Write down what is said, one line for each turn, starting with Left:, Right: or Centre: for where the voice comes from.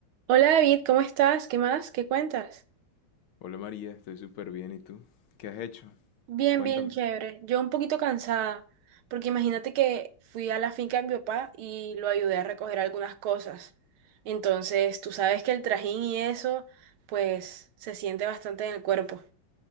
Right: Hola David, ¿cómo estás? ¿Qué más? ¿Qué cuentas?
Left: Hola María, estoy súper bien. ¿Y tú? ¿Qué has hecho?
Right: Bien,
Left: Cuéntame.
Right: bien, chévere. Yo un poquito cansada, porque imagínate que fui a la finca de mi papá y lo ayudé a recoger algunas cosas. Entonces, tú sabes que el trajín y eso, pues, se siente bastante en el cuerpo.